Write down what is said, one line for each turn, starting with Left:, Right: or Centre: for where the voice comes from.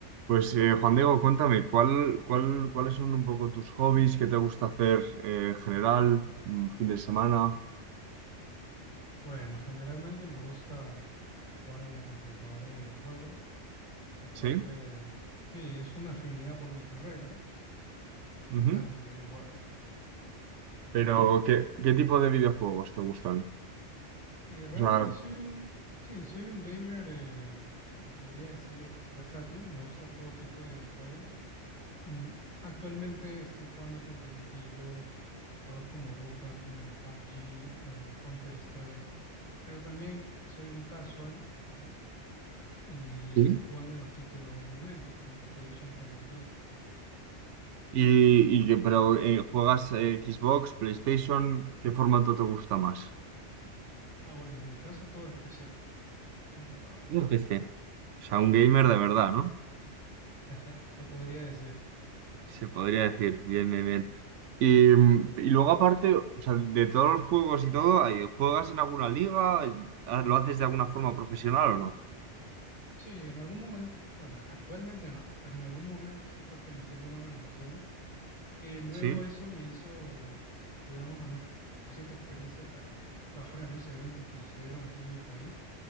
Right: Pues eh, Juan Diego, cuéntame, ¿cuál, cuál, cuáles son un poco tus hobbies? ¿Qué te gusta hacer eh, en general? mm, ¿Fin de semana?
Left: Bueno, generalmente me gusta jugar en la computadora a videojuegos. Creo que es parte
Right: ¿Sí?
Left: de- Sí, es una afinidad por mi carrera y me
Right: ujú.
Left: encantan los videojuegos.
Right: Pero, ¿qué, qué tipo de videojuegos te gustan?
Left: Eh, realmente
Right: O sea,
Left: soy un... Sí, soy un gamer, eh, se podría decir, versátil. Me gusta todo tipo de videojuegos. Mm, actualmente estoy jugando competitivo, juegos como Dota, como PUBG, Counter-Strike, pero también soy un casual, ¿no? y estoy
Right: Sí.
Left: jugando los títulos del momento como Expedition treinta y tres
Right: y, y que- pero eh, ¿juegas eh, Xbox, PlayStation? ¿Qué formato te gusta más?
Left: Ah, bueno, en mi caso todo es PC, todo es computadora,
Right: Yo PC. O sea, un gamer de verdad, ¿no?
Left: <laughs> se podría decir.
Right: Se podría decir, bien, bien, bien. Y, mm, y luego aparte, o sea, de todos los juegos y todo, ahí, ¿juegas en alguna liga? Ah, ¿Lo haces de alguna forma profesional o no?
Left: Sí, en algún momento, bueno, actualmente no, pero en algún momento sí pertenecí a alguna organización que luego
Right: Sí,
Left: eso me hizo, digamos, ganar cierta experiencia para trabajar en algunos eventos que sucedieron aquí en mi país.